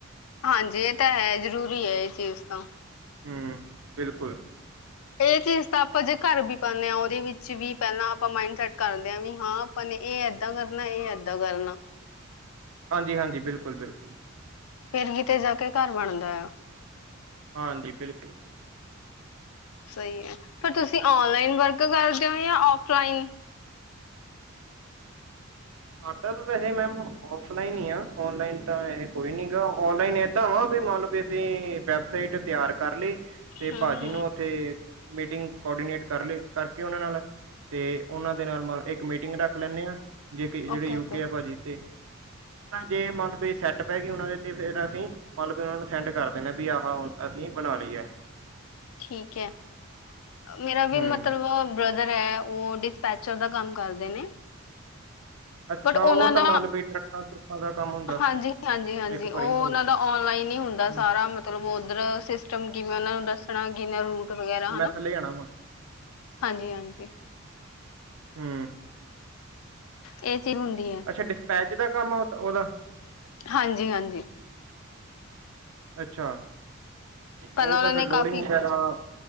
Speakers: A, on the left (about 85°); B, on the right (about 75°).
A: ਹਾਂਜੀ, ਇਹ ਤਾਂ ਹੈ ਜ਼ਰੂਰੀ ਹੈ ਇਹ ਚੀਜ਼ ਤਾਂ।
B: ਹਮ, ਬਿਲਕੁਲ।
A: ਇਹ ਚੀਜ਼ ਤਾਂ ਆਪਾਂ ਜੇ ਘਰ ਵੀ ਪਾਉਨੇ ਆ ਓਹਦੇ ਵਿਚ ਵੀ ਪੇਲਾਂ ਮਾਇੰਡ ਸੈੱਟ ਕਰਦੇ ਹਾਂ, ਵੀ ਹਾਂ ਆਪਾਂ ਨੇ ਇਹ ਏਦਾਂ ਕਰਨਾ, ਇਹ ਏਦਾਂ ਕਰਨਾ।
B: ਹਾਂਜੀ ਹਾਂਜੀ ਬਿਲਕੁਲ ਬਿਲਕੁਲ।
A: ਫੇਰ ਕਿਤੇ ਜਾ ਕੇ ਘਰ ਬਣਦਾ ਯਾ।
B: ਹਾਂਜੀ ਬਿਲਕੁਲ
A: ਸਹੀ ਹੈ ਪਰ ਤੁਸੀਂ ਔਨਲਾਈਨ ਵਰਕ ਕਰਦੇ ੳਂ ਯਾ ੳਫਲਾਈਨ?
B: ਸਾਡਾ ਤਾਂ ਵੈਸੇ ਮੈਮ ੳਫਲਾਈਨ ਹੀ ਆ ਔਨਲਾਈਨ ਤਾਂ ਇਹ ਕੋਈ ਨੀ ਗਾ ਔਨਲਾਈਨ ਇਦਾਂ ਵਾ ਵੀ ਮਨਲੋ ਤੇ ਵੈਬਸਾਈਟ ਤਿਆਰ ਕਰ ਲਈ ਤੇ
A: ਹਮ
B: ਭਾਜੀ
A: ਹਮ
B: ਨੂੰ ਉੱਥੇ ਮੀਟਿੰਗ ਕੋਰਡੀਨੇਟ ਕਰ ਲੇ ਕਰਕੇ ਉਹਨਾਂ ਨਾਲ ਤੇ ਉਹਨਾਂ ਦੇ ਨਾਲ ਮ ਇੱਕ ਮੀਟਿੰਗ ਰੱਖ ਲੈਂਨੇ ਆਂ ਜੇ ਕਿ ਜਿਹੜੇ
A: ਓਕੇ
B: ਯੂਕੇ
A: ਓਕੇ
B: ਆ ਭਾਜੀ ਤੇ ਜੇ ਮਤਲਬ ਇਹ ਸੈੱਟ ਪੈ ਗਈ ਉਹਨਾਂ ਦੇ ਤੇ ਫੇਰ ਅਸੀਂ ਮਤਲਬ ਵੀ ਉਹਨਾਂ ਨੂੰ ਸੈਂਡ ਕਰ ਦੇ ਨੇ ਆ ਵੀ ਆਹ ਅਸੀਂ ਬਣਾ ਲਈਐ।
A: ਠੀਕ ਹੈ ਮੇਰਾ
B: ਹੂੰ
A: ਵੀ ਮਤਲਬ ਬ੍ਰਦਰ ਐ ੳ ਡਿਸਪੈਚਰ ਦਾ ਕੰਮ ਕਰਦੇ ਨੇ
B: ਅੱਛਾ
A: ਬਟ ਉਹਨਾਂ
B: ਉਹ ਤਾਂ
A: ਦਾ
B: ਮੰਨ ਲਓ ਵੀ ਟਰੱਕਾਂ ਟਰੁੱਕਾਂ ਦਾ ਕੰਮ ਹੁੰਦਾ
A: ਹਾਂਜੀ ਹਾਂਜੀ ਹਾਂਜੀ
B: ਇੱਕ
A: ਉਹ
B: ਭਰੀ ਭਾਈ
A: ਉਹਨਾ ਦਾ ਓਨਲਾਈਨ ਹੀ ਹੁੰਦੈ
B: ਦਾ।
A: ਸਾਰਾ ਮਤਲਬ ਉਧਰ ਸਿਸਟਮ ਕਿਵੇਂ ਉਹਨਾਂ ਨੂੰ ਦੱਸਣਾ ਕਿਨਾ ਰੂਟ ਵਗੈਰਾ
B: ਵੀ ਮੈਂ
A: ਹਨਾ।
B: ਥੱਲੇ ਜਾਣਾ ਵਾ
A: ਹਾਂਜੀ-ਹਾਂਜੀ।
B: ਹੂੰ
A: ਇਹ ਚੀਜ਼ ਹੁੰਦੀ ਐ
B: ਅੱਛਾ ਡਿਸਪੈਚ ਦਾ ਕੰਮ ਆ ੳ ਉਹਦਾ?
A: ਹਾਂਜੀ-ਹਾਂਜੀ।
B: ਅੱਛਾ।
A: ਪਹਿਲਾਂ
B: ਉਹ
A: ਉਹਨਾਂ
B: ਤਾਂ ਫਿਰ
A: ਨੇ
B: ਲੋਡਿੰਗ
A: ਕਾਫ਼ੀ
B: ਵਗੈਰਾ